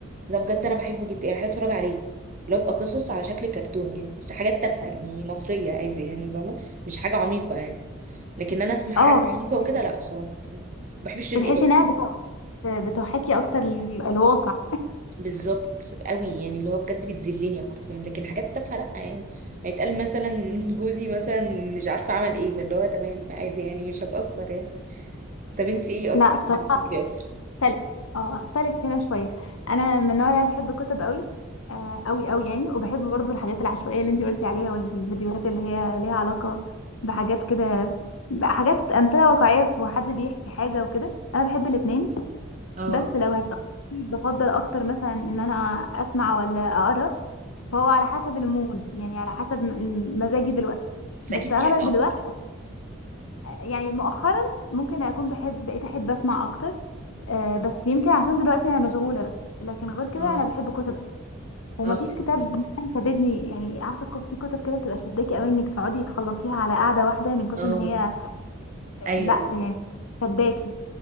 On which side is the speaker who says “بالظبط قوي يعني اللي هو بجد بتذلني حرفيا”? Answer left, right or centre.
Right